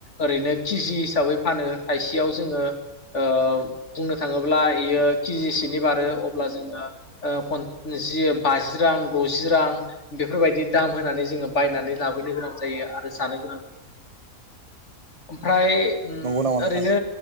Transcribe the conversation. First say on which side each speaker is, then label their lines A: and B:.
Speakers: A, on the left (about 50°); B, on the right (about 30°).
A: ओरैनो किजि हिसाबै फानो थायसेयाव जोङो ओ बुंनो थाङोब्ला बेयो किजिसेनि बारो अब्ला जोङो ओ फन जि बाजि रां दजि रां बेफोरबायदि दाम होनानै जोङो बायनानै लाबोनो गोनां जायो आरो जानो गोनां ओमफ्राय
B: औ
A: उम
B: नंगौ नामा नोंथां
A: ओरैनो